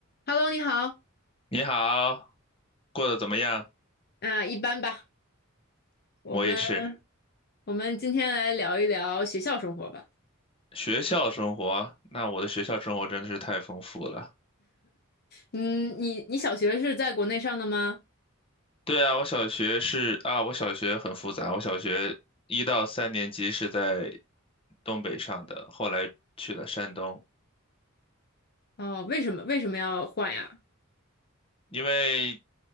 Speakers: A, on the left (about 50°); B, on the left (about 25°).
A: Hello，你好，
B: 你好，过得怎么样？
A: 啊，一般吧。我们
B: 我也是。
A: 我们今天来聊一聊学校生活吧。
B: 学校生活，那我的学校生活真的是太丰富了。
A: 嗯，你你小学是在国内上的吗？
B: 对啊，我小学是啊，我小学很复杂。我小学一到三年级是在东北上的，后来去了山东，
A: 哦，为什么为什么要换呀？
B: 因为